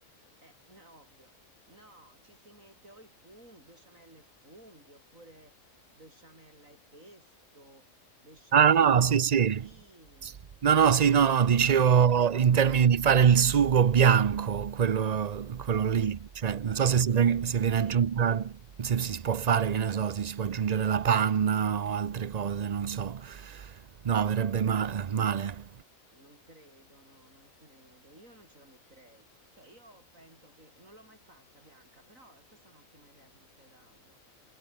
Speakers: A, on the right (about 80°); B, on the right (about 60°).
A: Eh, è ovvio. No, ci si mette o i funghi, besciamella e funghi, oppure besciamella e pesto, besciamella
B: Ah no, sì,
A: e zucchine.
B: sì. No, no, sì, no, no, dicevo
A: Ma-
B: in termini di fare il sugo bianco, quello, quello
A: <laughs>
B: lì, cioè non so se, si ven- se viene
A: Sì,
B: aggiunta, se si può fare, che ne so, se si può aggiungere la panna o altre cose, non so. No, verrebbe ma- male.
A: Non credo, no, non credo. Io non ce la metterei. Cioè, io penso che non l'ho mai fatta, Bianca, però eh, questa è un'ottima idea che mi stai dando.